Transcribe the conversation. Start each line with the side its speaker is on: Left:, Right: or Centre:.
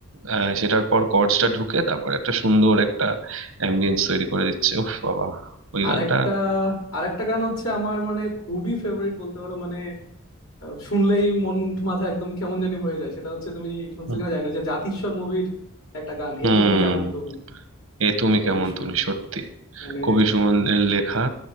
Right: আহ, সেটার পর কর্ডসটা ঢুকে তারপর একটা সুন্দর একটা অ্যাম্বিয়েন্স তৈরি করে দিচ্ছে ওহ বাবা ওই
Left: আরেকটা
Right: গানটা
Left: আরেকটা গান হচ্ছে আমার মানে খুবই ফেভারিট বলতে পারো মানে আহ, শুনলেই মন মাথা একদম কেমন জানি হয়ে যায় সেটা হচ্ছে তুমি শুনছো
Right: হুম
Left: কিনা জানি না যে জাতিস্বর মুভির একটা গান
Right: হুম,
Left: এ তুমি কেমন তুমি
Right: এ তুমি
Left: কবে
Right: কেমন
Left: শুন
Right: তুমি সত্যি
Left: মানে
Right: কবি সুমনের লেখা